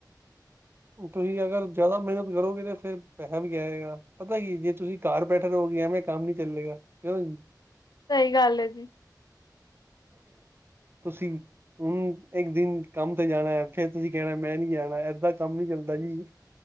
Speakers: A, on the right (about 30°); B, on the left (about 70°).
A: ਤੁਸੀਂ ਅਗਰ ਜ਼ਿਆਦਾ ਮਿਹਨਤ ਕਰੋਗੇ ਤਾਂ, ਫਿਰ ਪੈਸਾ ਵੀ ਆਏਗਾ, ਪਤਾ ਕੀ ਜੇ ਤੁਸੀਂ ਘਰ ਬੈਠੇ ਰਹੋਗੇ, ਐਵੇਂ ਕੰਮ ਨੀ ਚੱਲੇਗਾ, ਕਿਉੰਜੀ
B: ਕੀ ਹਾਲ ਐ ਜੀ।
A: ਤੁਸੀਂ, ਹੂੰ ਇੱਕ-ਦਿਨ ਕੰਮ ਤੇ ਜਾਣਾ, ਫਿਰ ਤੁਸੀਂ ਕਹਿਣਾ ਮੈਂ ਨੀਂ ਜਾਣਾ, ਐਦਾਂ ਕੰਮ ਨੀ ਚੱਲਦਾ ਜੀ।